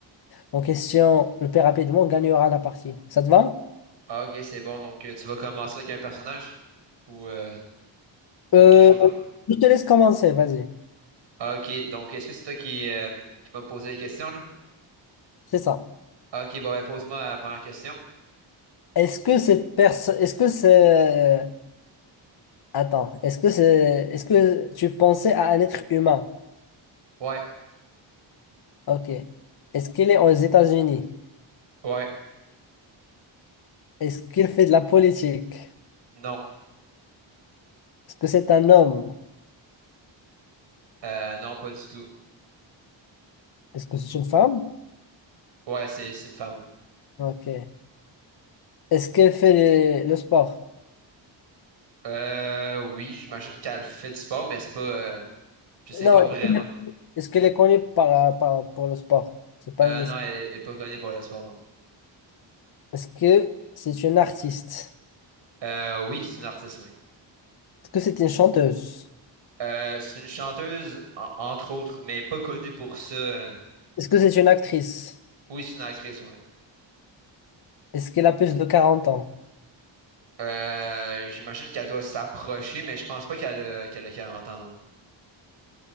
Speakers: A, on the left; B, on the right.
A: en question le plus rapidement gagnera la partie. Ça te va?
B: Ah, ok, c'est bon. Donc, euh, tu vas commencer avec un personnage ou euh, quelque
A: Euh,
B: chose dans le genre.
A: je te laisse commencer, vas-y.
B: Ah, ok, donc est-ce que c'est toi qui, euh, qui vas me poser des questions là?
A: C'est ça.
B: Ah, ok, bon, ben, pose-moi la première question.
A: Est-ce que cette personne, est-ce que c'est, attends, est-ce que c'est, est-ce que tu pensais à un être humain?
B: Ouais,
A: Ok. Est-ce qu'il est aux États-Unis?
B: ouais,
A: Est-ce qu'il fait de la politique?
B: non.
A: Est-ce que c'est un homme?
B: Euh, non, pas du tout.
A: Est-ce que c'est une femme?
B: Ouais, c'est c'est une femme.
A: Ok. Est-ce qu'elle fait le, le sport?
B: Euh, oui, j'imagine qu'elle fait du sport, mais c'est pas... euh, je sais
A: Non,
B: pas vraiment.
A: est-ce qu'elle est connue par, par, pour le sport? C'est pas
B: Euh,
A: une-
B: non, elle, elle est pas connue pour le sport, non.
A: Est-ce que c'est une artiste?
B: Euh, oui, c'est une artiste, oui.
A: Est-ce que c'est une chanteuse?
B: Euh, c'est une chanteuse, en- entre autres, mais pas connue pour ça. euh.
A: Est-ce que c'est une actrice?
B: Oui, c'est une actrice, ouais.
A: Est-ce qu'elle a plus de quarante ans?
B: Euh, j'imagine qu'elle doit s'approcher, mais je pense pas qu'elle a, qu'elle a 40 ans, non.